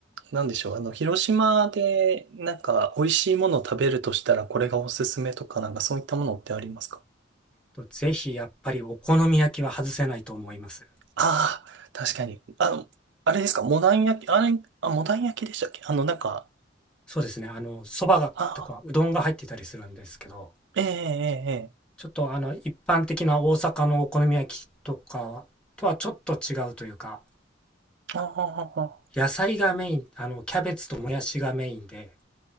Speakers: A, on the right; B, in the centre.
A: なんでしょう、あの、広島でなんか美味しいものを食べるとしたらこれがおすすめとかなんかそういったものってありますか
B: とぜひやっぱりお好み焼きは外せないと思います。
A: ああ確かに。あの、あれですか、モダン焼き、あれ、あ、モダン焼きでしたっけあの、なんか、
B: そうですね。あの、そばがとかうどんが入ってたりするんですけど、
A: ああ、ええええええ
B: ちょっとあの、一般的な大阪のお好み焼きとかとはちょっと違うというか、
A: ああ、あ
B: 野菜がメイン、あの、キャベツともやしがメインで、